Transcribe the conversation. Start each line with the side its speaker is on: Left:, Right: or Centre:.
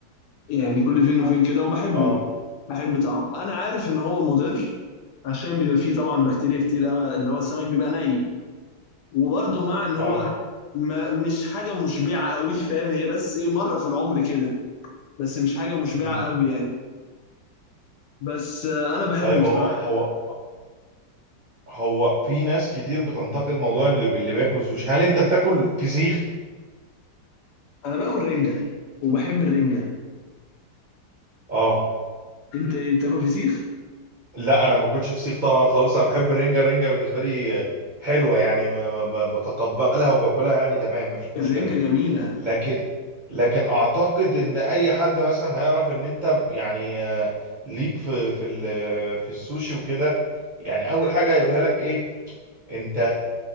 Left: يعني كل فين وفين كده وبحبه
Right: اه
Left: بحب طعمه انا عارف ان هو مضر عشان بيبقى فيه طبعا بكتيريا كتير قوي اللي هو السمك بيبقى ني وبرده مع ان هو
Right: اه
Left: ما مش حاجة مشبعة قوي فاهم هي بس ايه مرة في العمر كده بس مش حاجة مشبعة
Right: مم.
Left: قوي يعني بس آه، أنا بحبه
Right: طيب
Left: بصراحة
Right: هو هو هو في ناس كتير بتنتقد موضوع اللي, اللي بياكلوا سوشي هل انت بتاكل فسيخ
Left: أنا باكل رنجة وبحب الرنجة
Right: اه
Left: أنت إيه بتاكل فسيخ؟
Right: لا انا ما باكلش فسيخ طبعا خالص انا بحب الرنجه الرنجه بالنسبه لي آه، حلوه يعني ما- ما- بتقبلها وباكلها يعني تمام مفيش مشكله
Left: الرنجة جميلة
Right: لكن لكن اعتقد ان اي حد مثلا هيعرف ان انت ب- يعني آه، ليك في في ال- في السوشي وكده يعني اول حاجه هيقولها لك ايه انت